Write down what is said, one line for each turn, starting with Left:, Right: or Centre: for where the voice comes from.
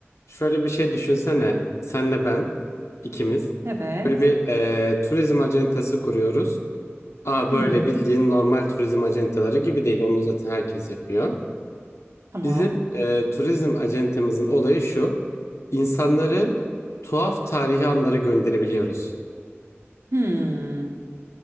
Left: Şöyle bir şey düşünsene. Senle ben ikimiz
Right: Evet.
Left: böyle bir eee, turizm acentası kuruyoruz. Aa böyle
Right: Hı hı.
Left: bildiğin normal turizm acentaları gibi değil. Onu zaten herkes yapıyor.
Right: Tamam.
Left: Bizim eee, turizm acentemizin olayı şu. İnsanları tuhaf tarihi anlara gönderebiliyoruz.
Right: Hmm.